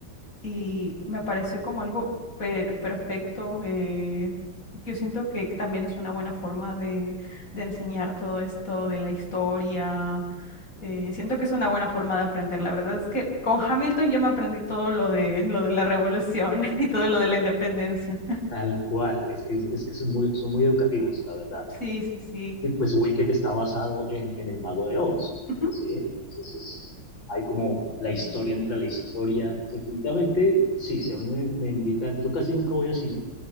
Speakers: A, on the left; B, on the left.
A: y me pareció como algo per- perfecto. eh, Yo siento que también es una buena forma de, de enseñar todo esto de la historia, eh, siento que es una buena forma de aprender. La verdad es que con Hamilton yo me aprendí todo lo de lo de la revolución <laughs> y todo lo de la independencia.
B: Tal cual. Es que, es que son muy, son muy educativos, la verdad.
A: Sí, sí, sí.
B: Y pues Wicked está basado en, en el Mago de Oz.
A: Ujú,
B: Sí, entonces es, hay como la historia entre la historia. Definitivamente, sí, si a mí me, me invitan, yo casi nunca voy a cine,